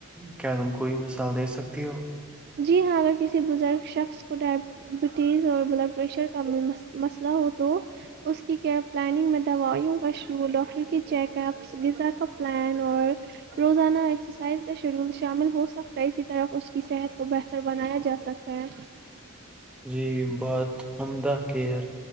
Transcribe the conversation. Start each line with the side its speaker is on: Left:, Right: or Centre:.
Centre: کیا تم کوئی مثال دے سکتی ہو
Right: جی ہاں اگر کسی بزرگ شخص کو ڈائبٹیز اور بلڈ پریشر کا مسئلہ ہو تو اس کی کیئر پلاننگ میں دوائیوں کا شیڈول ڈاکٹر کی چیک اپس غذا کا پلان اور روزانہ ایکسرسائز کا شیڈول شامل ہو سکتا ہے اسی طرف اس کی صحت کو بہتر بنایا جا سکتا ہے
Centre: جی بہت عمدہ کیئر